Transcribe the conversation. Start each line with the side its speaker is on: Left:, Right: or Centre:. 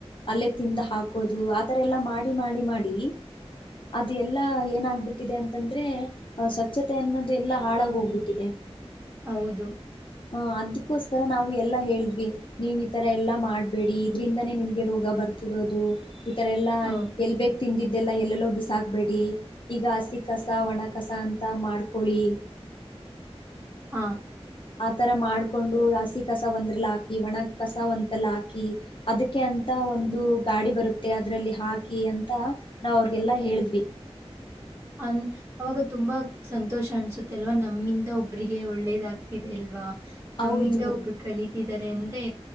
Left: ಅಲ್ಲೇ ತಿಂದ ಹಾಕೋದು ಆತರ ಎಲ್ಲಾ ಮಾಡಿ ಮಾಡಿ ಮಾಡಿ ಅದು ಎಲ್ಲಾ ಏನಾಗಬಿಟ್ಟಿದೆ ಅಂತಂದ್ರೆ ಸ್ವಚ್ಛತೆ ಅನ್ನೋದು ಎಲ್ಲಾ ಹಾಳಾಗ ಹೋಗ್ಬಿಟ್ಟಿದೆ
Right: ಹೌದು
Left: ಹ ಅದಕೋಸ್ಕರ ನಾವು ಎಲ್ಲಾ ಹೇಳಿದ್ವಿ ನೀವ್ ಈ ತರ ಎಲ್ಲಾ ಮಾಡ್ಬೇಡಿ ಇದ್ರಿಂದಾನೇ ನಿಮ್ಗೆ ರೋಗ ಬರ್ತ ಇರೋದು ಈ ತರ ಎಲ್ಲಾ
Right: ಹೌದು
Left: ಎಲ್ಬೇಕು ತಿಂದಿದ್ದೆಲ್ಲ ಎಲ್ಲೆಲ್ಲೋ ಬಿಸಾಕ್ಬೇಡಿ ಈಗ ಹಸಿ ಕಸ ಒಣ ಕಸ ಅಂತ ಮಾಡ್ಕೊೊಳ್ಳಿ,
Right: ಹಾ
Left: ಆತರ ಮಾಡ್ಕೊಂಡು ಹಸಿ ಕಸ ಒಂದ್ರಲ್ಲ ಹಾಕಿ ಒಣ ಕಸ ಒಂತಲ್ಲ ಹಾಕಿ, ಅದಕ್ಕೆ ಅಂತ ಒಂದು ಗಾಡಿ ಬರುತ್ತೆ ಅದ್ರಲ್ಲಿ ಹಾಕಿ ಅಂತ ನಾವ ಅವ್ರಗೆಲ್ಲಾ ಹೇಳಿದ್ವಿ,
Right: ಅಂದ ಅವಾಗ ತುಂಬಾ ಸಂತೋಷ ಅನ್ಸುತ್ತೆ ಅಲ್ವಾ ನಮ್ಮಿಂದ ಒಬ್ರಿಗೆ ಒಳ್ಳೇದಾಗ್ತಿದೆ ಅಲ್ವಾ,
Left: ಹೌದು.
Right: ನಮ್ಮಿಂದ ಒಬ್ರು ಕಳಿ ಿದ್ದಾರೆ ಅಂದ್ರೆ